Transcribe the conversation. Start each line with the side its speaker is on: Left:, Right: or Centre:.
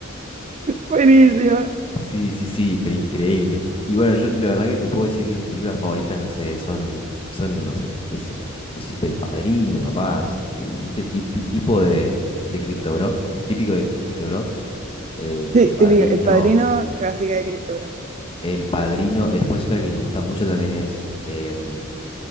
Right: buenísima.
Left: Sí, sí, sí, pero increíble. Y bueno, yo la verdad que te puedo decir que mis películas favoritas, no sé, son, son, no sé, qué sé yo, decirte El Padrino, capaz, el- este tipi- tipo de, de Crypto Bro, típico de Crypto Bro, eh,
Right: Sí,
Left: El Padrino,
Right: típico, el padrino clásica de Crypto <laughs>
Left: El Padrino, después otra que les gusta mucho también es, em,